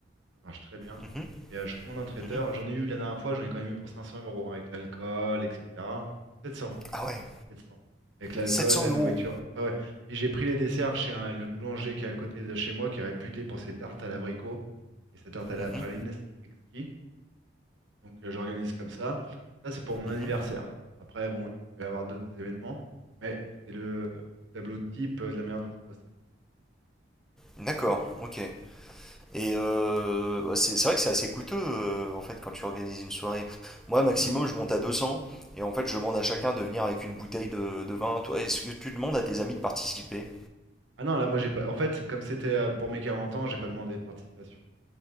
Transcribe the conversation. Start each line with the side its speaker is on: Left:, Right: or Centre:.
Right: Ça marche très bien.
Centre: Mhm,
Right: Et euh, je commande un traiteur.
Centre: mhm.
Right: J'en ai eu la dernière fois, j'en ai quand même eu pour 500 euros avec l'alcool, etc. 700.
Centre: Ah ouais,
Right: je dis une bêtise, 700. Avec l'alcool,
Centre: sept cents
Right: la nourriture.
Centre: euros.
Right: Ouais, ouais. Puis j'ai pris les desserts chez un- le boulanger qui est à côté de chez moi, qui est réputé pour ses tartes à l'abricot et sa tarte à la
Centre: Mhm,
Right: praline. C'est exquis. Donc euh, j'organise comme ça. Ça, c'est pour mon anniversaire.
Centre: mhm.
Right: Après, bon, il peut y avoir d'autres événements, mais c'est le tableau type euh, de la manière dont je procède.
Centre: D'accord, ok. Et euh, bah, c'est c'est vrai que c'est assez coûteux euh, en fait quand tu organises une soirée. Moi maximum
Right: Enfin,
Centre: je monte à 200 et en fait je demande à chacun de venir avec une bouteille de, de vin. Toi, est-ce que tu demandes à tes amis de participer?
Right: Ah non, là, moi, j'ai pas. En fait, comme c'était euh, pour mes 40 ans, j'ai pas demandé de participation.